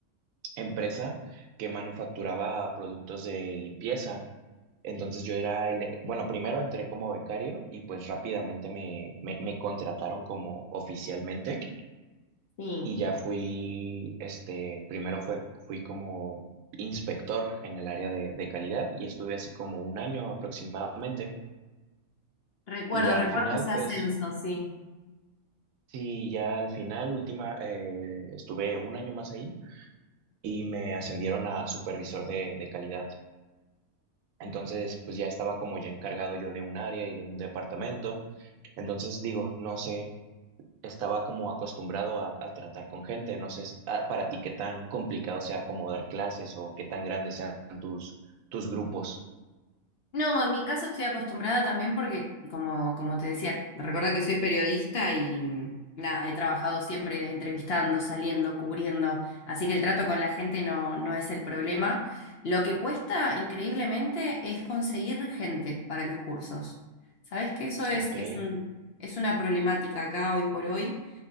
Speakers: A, on the right; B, on the left.
A: empresa que manufacturaba productos de limpieza. Entonces yo era el, eh, bueno, primero entré como becario y pues rápidamente me, me, me contrataron como oficialmente.
B: Sí.
A: y ya fui, este, primero fue, fui como inspector en el área de, de calidad y estuve así como un año aproximadamente.
B: Recuerdo,
A: Y ya
B: recuerdo
A: al final,
B: ese ascenso,
A: pues,
B: sí.
A: sí, ya al final, última, eh, estuve un año más ahí y me ascendieron a supervisor de, de calidad. Entonces, pues ya estaba como ya encargado yo de un área y de un departamento. Entonces, digo, no sé estaba como acostumbrado a, a tratar con gente. No sé s- a- para ti qué tan complicado sea como dar clases o qué tan grandes sean tus, tus grupos.
B: No, en mi caso estoy acostumbrada también porque, como, como te decía, recuerda que soy periodista y mm, nada, he trabajado siempre entrevistando, saliendo, cubriendo, así que el trato con la gente no, no es el problema. Lo que cuesta increíblemente es conseguir gente para los cursos. sabes que eso es,
A: Ok,
B: es un- es una problemática acá hoy por hoy?